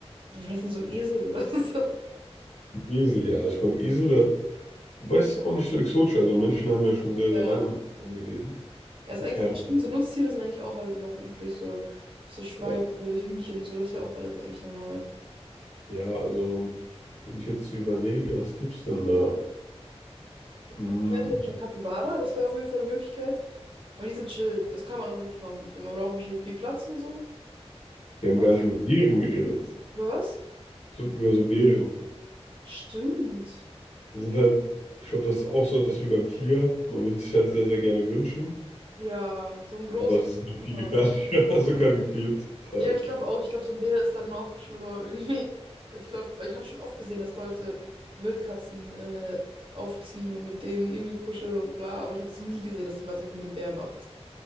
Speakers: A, on the right; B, on the left.
A: Ja, Vielleicht dann so ein Esel oder <laughs> so.
B: Ein Esel, ja, ich meine Esel, der, hat- wobei es ist auch nicht so exotisch, also Menschen haben ja schon sehr,
A: Ja,
B: sehr lange mit
A: stimmt.
B: Eseln gelebt
A: Ja, ist
B: und
A: eigentlich,
B: Pferde,
A: ja, stimmt, so Nutztiere sind eigentlich auch alle noch üblich, so, so Schweine,
B: ja.
A: Hühnchen, so, das ist ja auch alles eigentlich normal.
B: Ja, also, den ich jetzt so überlege, was gibt's denn da? Hm,
A: Ich wette jetzt schon Capybara, das wäre auf jeden Fall eine Möglichkeit. Weil die sind chill. Das kann man auch wirklich machen. So, man braucht wahrscheinlich viel Platz und so.
B: wir
A: Und
B: haben
A: was?
B: gar nicht über Tieren geredet.
A: Über was?
B: so, ja, so Bären.
A: Stimmt.
B: Die sind halt, ich glaube, das ist auch so etwas wie beim Tiger. Man würde sich halt sehr, sehr gerne wünschen,
A: Ja, so einen großen
B: aber es ist nicht
A: zu
B: viel
A: haben.
B: gefährlicher, <laughs> sogar gefühlt. Äh,
A: Ja, ich glaube auch. Ich glaube, so ein Bär ist dann noch schlimmer irgendwie. Weil Ich glaube, weil ich habe schon oft gesehen, dass Leute Wildkatzen äh, aufziehen und mit denen irgendwie kuscheln und bla. Aber ich habe es noch nie gesehen, dass jemand das mit dem Bär macht.